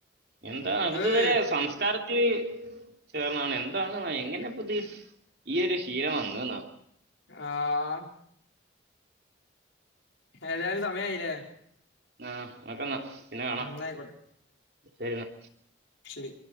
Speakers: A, on the right; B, on the left.
A: എന്താ ഇതുവരെ
B: ഏയ്
A: സംസ്കാര റ്റ്. ചേർന്നാണ്. എന്താണു. എങ്ങനെ പുതിയ ഈ ഒരു ശീലം വന്നതെന്നാ
B: ഏ ആഹ ഏതായാലും. സമയായിലേ
A: ആ, ഓക്കന്നാ. പിന്നെ. കാണാം
B: എന്നായിക്കോട്ടെ
A: ശരിന്നാ
B: ശെരി